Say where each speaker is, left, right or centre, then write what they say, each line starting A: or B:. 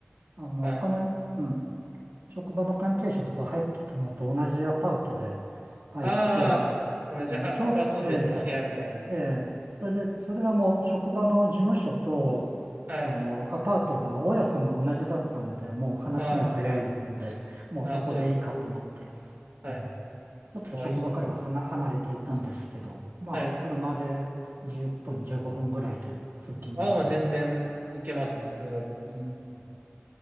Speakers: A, on the right; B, on the right.
A: あの、
B: はい。
A: 他の、うん、職場の関係者とか入ってたのと同じアパートで入って、
B: ああ、同じは、
A: うん、ちょうど、
B: アパートの別の部屋みたいな。
A: ええ、ええ、それで、それがもう職場の事務所と、
B: はい。
A: あの、アパートが、大家さんが同じだったんで、もう話も早いので、
B: はい。
A: もうそこでいいかと思って、
B: ああ、そうですね。はい。
A: うん、ちょっと職場からは離離れていたんですけど、
B: ああ、いいですね。
A: まあ、
B: はい。
A: 車で10分、15分ぐらいで通勤できると思
B: ああ、まあ全然いけますね、それだったら。
A: う。うん、